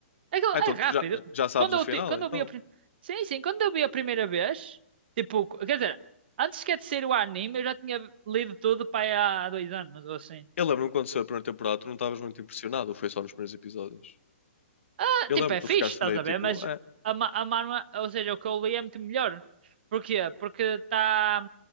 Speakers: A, on the right; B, on the left.
A: é, aquilo-
B: Ah,
A: é
B: então
A: rápido.
B: tu já, já sabes
A: Quando
B: o
A: eu,
B: final,
A: ti- quando
B: então.
A: eu vi a, pri- sim, sim, quando eu vi a primeira vez, tipo, quer dizer, antes sequer de ser o anime, eu já tinha lido tudo para aí há dois anos ou assim.
B: Eu lembro-me quando saiu a primeira temporada, tu não estavas muito impressionado, ou foi só nos primeiros episódios?
A: Ah,
B: Eu
A: tipo,
B: lembro,
A: é
B: que tu
A: fixe,
B: ficaste
A: estás
B: meio
A: a
B: tipo,
A: ver? Mas
B: ah,
A: a, ma- a manhwa, ou seja, o que eu li é muito melhor. Porquê? Porque está,